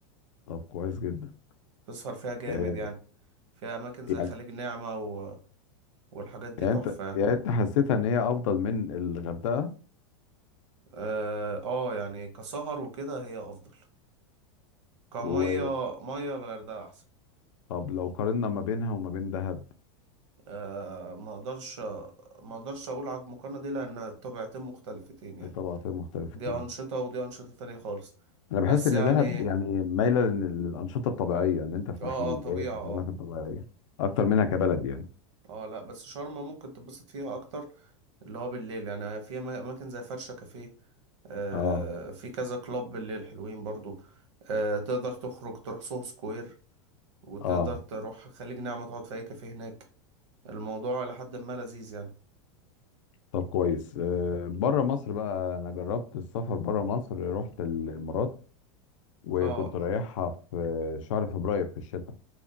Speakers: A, on the left; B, on the right.
A: طب كويس جدا
B: تسهر فيها جامد
A: آه،
B: يعني فيها اماكن زي
A: يعني
B: خليج نعمة و... والحاجات دي
A: يعني
B: تحفة
A: انت
B: يعني
A: يعني انت حسيتها ان هي افضل من الغردقة
B: اه آه، يعني كسهر وكده هي افضل كمية
A: وطب
B: مية الغردقة احسن
A: لو قارنا ما بينها وما بين دهب
B: آه ما اقدرش ما اقدرش اقول على المقارنة دي لان طبيعتين مختلفتين يعني
A: طبقتين مختلفتين
B: دي أنشطة ودي أنشطة تانية خالص
A: انا بحس
B: بس
A: ان
B: يعني
A: دهب يعني مايلة لل- للأنشطة الطبيعية ان انت في
B: اه
A: محميات
B: اه طبيعة
A: وفي
B: اه
A: اماكن طبيعية اكتر منها كبلد يعني
B: اه لا بس شرم ممكن تتبسط فيها أكتر اللي هو بالليل يعني في أما- أماكن زي فرشة كافيه آه
A: اه
B: في كذا كلاب بالليل حلوين برضو آه تقدر تخرج تروح سوهو سكوير وتقدر
A: اه
B: تروح خليج نعمة تقعد في أي كافيه هناك الموضوع إلى حد ما لذيذ يعني
A: طب كويس بره مصر بقى انا جربت السفر بره مصر رحت الامارات وكنت
B: اه
A: رايحها في شهر فبراير في الشتاء